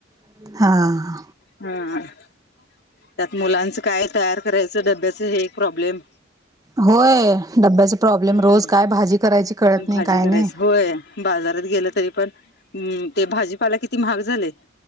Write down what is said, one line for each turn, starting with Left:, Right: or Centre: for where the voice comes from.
Right: हा
Left: हम् त्यात मुलांचं काय तयार करायचं डब्याचं हे एक प्रॉब्लेम
Right: होय डब्याचे प्रॉब्लेम
Left: हम्म
Right: रोज काय भाजी करायची कळत नाही
Left: भाजी
Right: काय
Left: करायच
Right: नाही
Left: होय बाजारात गेलं तरी पण ते भाजीपाला किती महाग झाललय